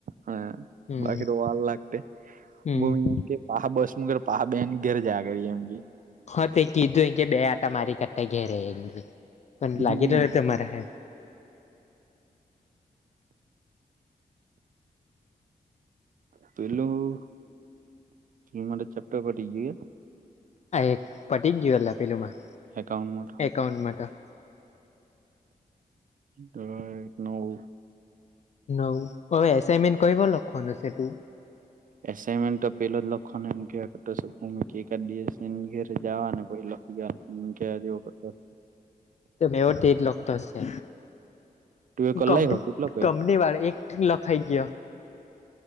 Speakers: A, on the right; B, on the left.
A: હા
B: હમ
A: બાખે વાલ લાગ બમ.
B: હમ
A: પહા બસ મુ ઘર પા બેહેન ની ઘર જયા કરી એમ કે.
B: હા તે કીધું એ કે બે આટા મારી ક ઘેરે પણ લાગી
A: હમ
B: રહરા હ.
A: પેલોું હ મારે ચેપ્ટર પડી ગયું.
B: આ એક પટીક ગયયો લ પેલુંમાં.
A: એકાઉન્ટ માટેટર
B: એકાઉન્ટ માટે
A: તરા નવ
B: નવ હ એસાઈનમેન્ટ કર લક્ષણશે તું
A: એસમેન્ટ તો પેલો જ લખો ને એમ ક કે ઘરેવા પછ લકીી ગ હ ક જે કરતા
B: મે એવો તે જ લોકોતો છે,
A: તું એ કલાઈ
B: ક
A: હો કેટલો કર્યો
B: કંપની વાળ એક લખાઈ કયો.